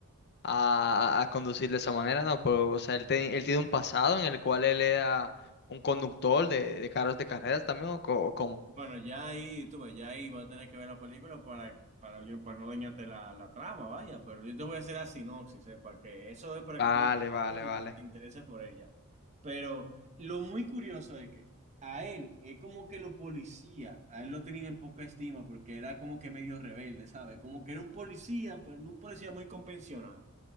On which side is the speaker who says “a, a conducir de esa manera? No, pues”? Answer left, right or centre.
Left